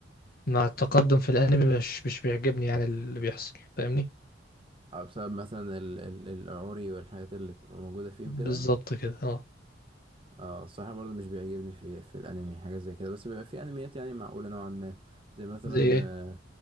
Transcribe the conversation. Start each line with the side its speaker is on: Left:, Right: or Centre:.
Left: مع التقدم في الانمي مش مش بيعجبني يعني اللي بيحصل فاهمني
Right: أو بسبب مثلا ال ال العوري والحاجات اللي بتبقى موجودة فيه
Left: بالظبط
Right: وكده
Left: كده اه
Right: اه الصراحة برضو مش بيعجبني في في الأنمي حاجة زي كده بس بيبقى في أنميات يعني معقولة نوعا ما زي مثلا
Left: زي ايه